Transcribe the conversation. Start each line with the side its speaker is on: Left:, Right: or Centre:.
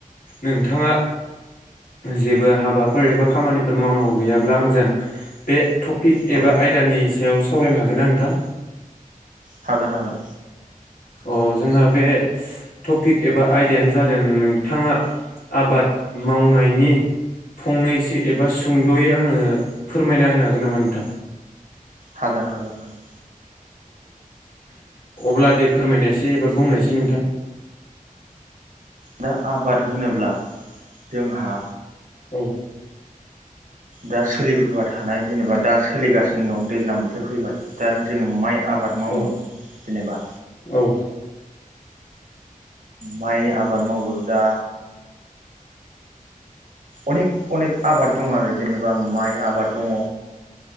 Left: नोंथाङा जेबो हाबाफोर एबा खामानिफोर मावनांगौ गैयाब्ला आंजों बे थप पिक
Right: औ
Left: एबा आयदानि सायाव सावरायनो हागोन आ नोंथां?
Right: हागोन हागोन
Left: अ जोंहा बे टपिक एबा आयदायानो जादों नोंथाङा आबाद मावनायनि फंनैसो एबा सुंद'यै आंनो फोरमायना होनो हागोन नामा नों थां
Right: हागोन हागोन हागोन
Left: अब्ला दे फोरमायनायसै एबा बुंनायसै नोंथां
Right: दा आबाद होनोब्ला जोंहा
Left: औ
Right: दा सोलिबोबाय थानाय जेनेबा दा सोलिगासिनो दं दैज्लां बोथोर फैबाय दा जोङो माइ आबाद मावो
Left: औ
Right: जेनेबा
Left: औ
Right: माइ आबाद मावो दा अनेक अनेक आबाद दङ आरो जेनेबा माइ आबाद दङ